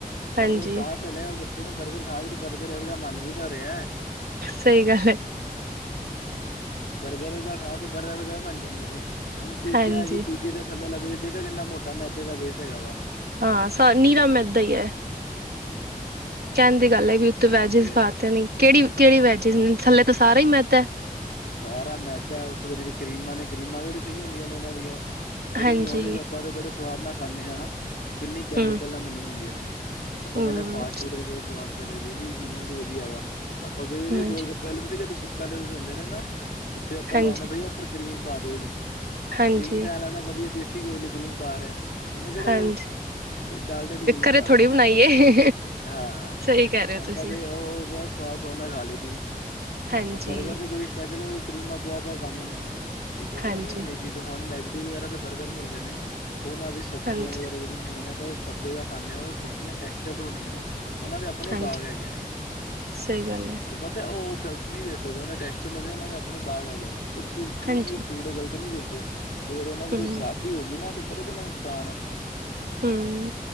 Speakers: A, on the left (about 80°); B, on the right (about 90°).
A: ਬਰਗਰ
B: ਹਾਂਜੀ
A: ਖਾ ਖਾ ਤਾ ਲਿਆ ਬੱਚੇ ਨੇ ਬਰਗਰ ਖਾ ਕੇ ਤੇ ਬਰਗਰ ਵਰਗਾ ਮੰਨ ਵੀ ਤਾ ਰਾਹੀਆ।
B: ਸਹੀ ਗੱਲ ਏ।
A: ਬਰਗਰ ਵਰਗਾ ਖਾ ਕੇ ਬਰਗਰ ਬੰਨ ਜਾਂਦੇ ਨੇ ਹੁਣ ਪੀਜਾ
B: ਹਾਂਜੀ
A: ਜੀ ਪੀਜੇ ਤਾ ਥੱਲੇ ਵਾਲਾ ਬੇਸ ਦੇਖਿਆ ਕਿੰਨਾ ਮੋਟਾ ਮੈਦੇ ਦਾ ਵੇਸ ਹੈਗਾ ਵਾ।
B: ਹਾਂ ਸਾ ਨੀਰਾ ਮੈਥ ਦਾ ਹੀ ਹ ਕਹਿਣ ਦੀ ਗੱਲ ਹੈ ਬਈ ਉ ਤੇ ਵੈਜਿਸ
A: ਫੇਰ
B: ਪਾ ਤੇ ਨੀ ਕਿਹੜੀ-ਕਿਹੜੀ ਵੈਜਿਸ ਹੈ ਥੱਲੇ ਤਾਂ ਸਾਰਾ ਹੀ ਮੈਦਾ।
A: ਸਾਰਾ ਮੈਦਾ ਉਸ ਤੋਂ ਬਾਅਦ ਜਿਹੜੀ ਕਰੀਮਾਂ ਨੇ ਕਰੀਮਾਂ ਜਿਹੜੀ ਸਹੀ ਹੁੰਦੀਆਂ ਨੇ ਇਹਨਾਂ ਦੀਆਂ। ਜਿਹੜੀ
B: ਹਾਂਜੀ
A: ਮਿਊਨੀਜ ਆਪਾ ਤੇ ਬੜੇ ਸਵਾਦ ਨਾਲ ਖਾਨੇ ਆ ਕਿੰਨੀ ਕੈਮੀਕਲ
B: ਹਮ
A: ਨਾ ਮੰਨੀਆਂ ਹੁੰਦੀਆਂ ਨੇ। ਆਪਾ
B: ਹਮ
A: ਕੈਨੇ ਫਾਸ਼ ਫੂਡ ਚ ਬਹੁਤ ਸਵਾਦ ਪਈ ਲੱਗਦੀ ਜੀ ਮਿਊਨਸ ਵਧੀਆ ਵਾ ਆਪਾਂ ਕਈ ਵਾਰੀ
B: ਹਾਂਜੀ
A: ਗੋਲ ਗੱਪ ਪਹਿਲੇ ਪਤਾ ਕੀ ਕਰਦੇ ਸੁੱਕਾ ਜਦੋਂ ਦਿੰਦੇ ਨੇ ਨਾ ਸੁੱਕੇ ਆਪਾ
B: ਹਾਂਜੀ
A: ਲਵਾਉਨੇ ਬਈਆ ਉਪਰ ਕਰੀਮ ਪਾ ਦੋ ਜੀ,
B: ਹਾਂਜੀ
A: ਕਰੀਮ ਤੇ ਐ ਲੱਗਦਾ ਵਧੀਆ ਦੇਸੀ ਦੇਸੀ ਘਿਓ ਵਾਲੀ ਕ੍ਰੀਮ ਪਾ ਰਿਹਾ ਉਨੇ ਕਿਹੜਾ
B: ਹਾਂਜੀ
A: ਡਾਲਡੇ ਆਲੀ ਕਰੀਮ
B: ਘਰੇ
A: ਪਾ
B: ਥੋੜ੍ਹੀ
A: ਦੇਨੀ
B: ਬਣਾਈਏ
A: ਏ ਹਾ।
B: ਸਹੀ ਕਹਿ ਰਹੇ ਹੋ
A: ਆਪਾਂ
B: ਤੁਸੀਂ
A: ਨੇ ਉਹ ਬਹੁਤ ਸਵਾਸ ਉਨਾ ਖਾਲੀ ਲੀ ਦੀ
B: ਹਾਂਜੀ
A: ਬਰਗਰ ਤੇ ਚਲੋ ਕਰੀਮਾਂ ਪੋਆ ਪਵਾ ਕੇ ਖਾਂਦੇ ਨੇ ਇਹ ਚੀਜ਼
B: ਹਾਂਜੀ
A: ਨਹੀਂ ਹੋਣੀ ਹੁਣ ਮੈਗਡੀ ਵਗੈਰਾ ਤੇ ਬਰਗਰ ਮਿਲਦੇ ਨੇ ਉਨਾਂ ਦੀ ਸਬਜ਼ੀਆਂ
B: ਹਾਂਜੀ
A: ਵਗੈਰਾ ਹੈਗੇ ਨੇ ਪਰ ਸਭੇ ਦਾ ਜਿਹੜਾ ਖਾਨੇ ਆ ਉਹ ਸਬਜ਼ੀਆਂ ਟੈਸਟਡ ਹੁੰਦੀਆਂ ਨੇ। ਉਹਨਾਂ ਦੇ ਆਪਣੇ
B: ਹਾਂਜੀ
A: ਬਾਗ ਹੈਗੇ ਨੇ
B: ਸਹੀ ਗੱਲ ਹੈ
A: ਪਤਾ ਉਹ ਗਲਤ ਨਹੀਂ ਦੇ ਸਕਦਾ ਉਹਨੇ ਟੈਸਟ ਉਹਨਾ ਨੇ ਆਪਣੇ ਬਾਗ ਹੈਗੇ ਨੇ ਇੱਕ ਚੀਜ਼
B: ਹਾਂਜੀ
A: ਵੀ ਉਹ ਫੂਡ ਗਲਤ ਨੀ ਦਿਸਦੇ ਤੇ ਫਿਰ ਉਹਨਾ ਚ ਕੋਈ
B: ਹਮ
A: ਖਰਾਬ ਖਰਾਬੀ ਹੋ ਗਈ ਨਾ ਪਤਾ ਕਿੰਨਾ ਨੁਕਸਾਨ ਹੈ
B: ਹਮ